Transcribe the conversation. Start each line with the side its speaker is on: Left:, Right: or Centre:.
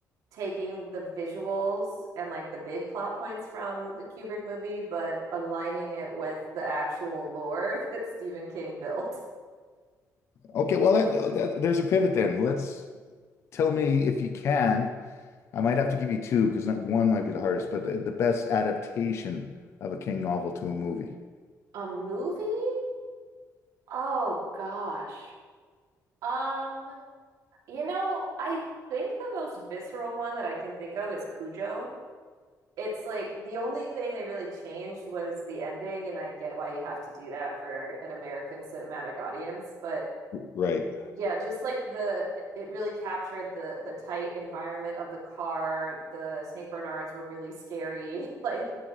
Right: taking the visuals and like the big plot points from the Kubrick movie, but aligning it with the actual lore <laughs> that Stephen King built.
Left: Okay, well that, uh, that there's a pivot then. Let's tell me if you can. I might have to give you two because one might be the hardest, but the, the best adaptation of a King novel to a movie.
Right: A movie? Oh gosh. Um, you know, I think the most visceral one that I can think of is Cujo. it's like the only thing they really changed was the ending, and I get why you have to do that for an American cinematic audience, but
Left: Right.
Right: yeah, just like the it- really captured the the tight environment of the car. The St. Bernards were really scary. <laughs> Like